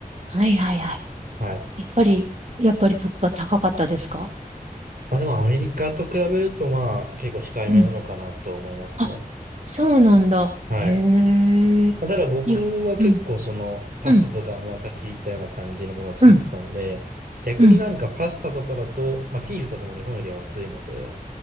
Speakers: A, on the right; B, on the right.
A: はいはいはい。
B: はい。
A: やっぱり、やっぱり物価高かったですか
B: まあでもアメリカと比べるとまあ結構控えめなのかなと思いますね。
A: うん。あ、そうなんだ。
B: はい。
A: へえ。
B: まあ、ただ僕は結構そのパスタとかもうさっき言ったような感じのものを作ってたんで、
A: 日本、うん、うん、うん、
B: 逆になんかパスタとかだと、
A: うん、
B: まあチーズとかも日本よりは安いので、